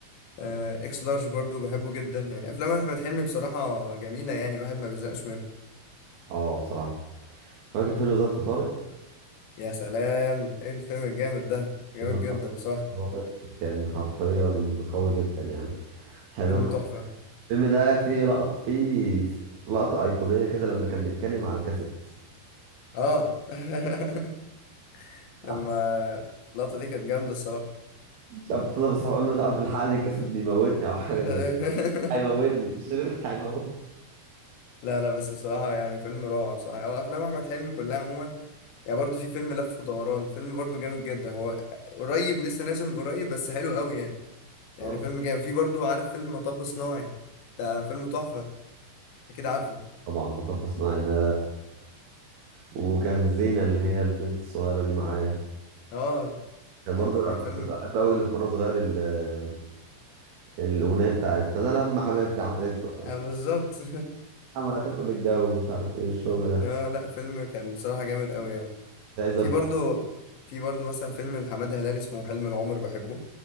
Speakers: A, on the left; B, on the right.
A: آه، اكس لارج برضه بحبه جدا يعني أفلام أحمد حلمي بصراحة جميلة يعني الواحد ما بيزهقش منها
B: اه بصراحه فاكر فيلم ظرف طارق
A: يا سلام ايه الفيلم الجامد ده جامد
B: فيلم الفتى
A: جدا بصراحة
B: هو كان حرفيا قوي جدا يعني الحلو
A: فيلم
B: هو كان
A: تحفة
B: الفيلم ده فيه لقطة فيه لقطة أيقونية كده لما كان بيتخانق مع الكاسيت
A: اه <laughs>
B: <laughs>
A: لما اللقطة دي كانت جامدة الصراحة
B: مش عارف اتصل بصاحبي أقول له مش عارف الحقني الكاسيت بيموتني أو حاجة زي
A: <laughs>
B: كده هيموتني <laughs> الشريط هيموت
A: لا لا بس بصراحة يعني فيلم روعة بصراحة يعني هو أفلام أحمد حلمي كلها عموما يعني برضه في فيلم لف ودوران فيلم برضه جامد جدا هو قريب لسه نازل من قريب بس حلو قوي يعني يعني
B: اه
A: فيلم جامد في برضه عارف فيلم مطب صناعي ده فيلم تحفة أكيد عارفه
B: طبعا مطب صناعي ده وكان زينة اللي هي البنت الصغيرة دي معاه
A: اه
B: كان برضه
A: يعني
B: الأف-
A: فيلم
B: كنت بحب أوي اللي في وأنا صغير ال- الأغنية بتاعت أنا لما حبيبتي هتكبر
A: آه بالظبط
B: عمالة تاكل الجو ومش عارف إيه والشغل
A: <laughs>
B: ده
A: اه لا فيلم كان بصراحة جامد قوي يعني
B: مش عايزة
A: في برضه في برضه مثلا فيلم لحماد هلال اسمه حلم العمر بحبه